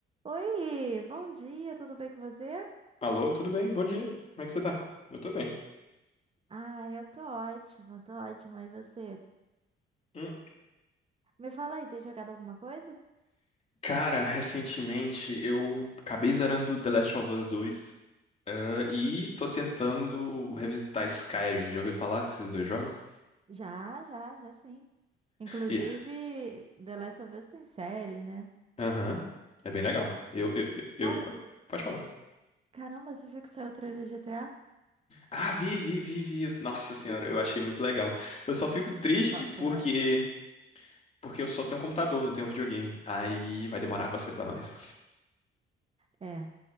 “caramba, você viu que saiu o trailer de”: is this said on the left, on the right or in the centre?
Right